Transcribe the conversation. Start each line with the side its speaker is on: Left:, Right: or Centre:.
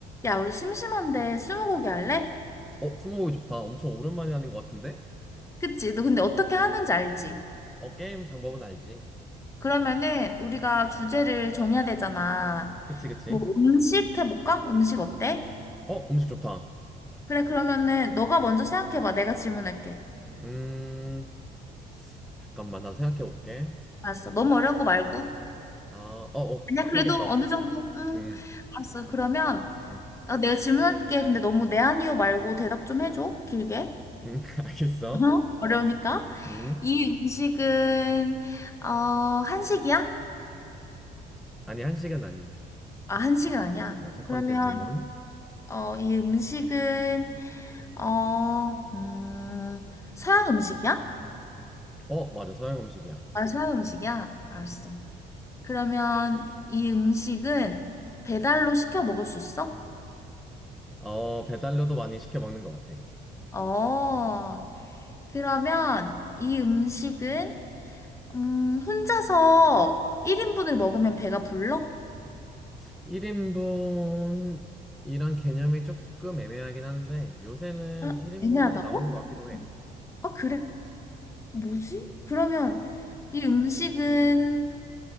Left: 야, 우리 심심한데 스무고개 할래?
Centre: 어, 스무고개 좋다. 엄청 오랜만에 하는 것 같은데?
Left: 그치? 너 근데 어떻게 하는지 알지?
Centre: 어, 게임 방법은 알지.
Left: 그러면은 우리가 주제를 정해야 되잖아.
Centre: 그치, 그치?
Left: 뭐 음식 해볼까? 음식 어때?
Centre: 어, 음식 좋다.
Left: 그래, 그러면은 너가 먼저 생각해봐. 내가 질문할게.
Centre: 음, 잠깐만, 나 생각해 볼게.
Left: 알았어. 너무 어려운 거 말고.
Centre: 아, 어, 어,
Left: 아니야,
Centre: 생각했어.
Left: 그래도 어느 정도? 응.
Centre: 음,
Left: 알았어. 그러면
Centre: 음,
Left: 어, 내가 질문할게. 근데 너무 네 아니요 말고 대답 좀 해줘. 길게.
Centre: 음, <laughs> 알겠어.
Left: 어? <laughs> 어려우니까.
Centre: 음,
Left: 이 음식은 어, 한식이야?
Centre: 아니, 한식은 아니야.
Left: 아, 한식은 아니야.
Centre: 어, 첫
Left: 그러면
Centre: 번째 질문.
Left: 어, 이 음식은, 어, 음, 서양 음식이야?
Centre: 어, 맞아, 서양 음식이야.
Left: 아, 서양 음식이야? 알았어.
Centre: 음.
Left: 그러면 이 음식은 배달로 시켜 먹을 수 있어?
Centre: 어, 배달료도 많이 시켜 먹는 것 같아.
Left: 어, 그러면 이 음식은, 음, 혼자서 1인분을 먹으면 배가 불러?
Centre: 1인분, 이런 개념이 조금 애매하긴 한데, 요새는
Left: 아,
Centre: 1인분으로
Left: 애매하다고?
Centre: 나오는 것 같기도 해.
Left: 아, 그래? 뭐지? 그러면 이 음식은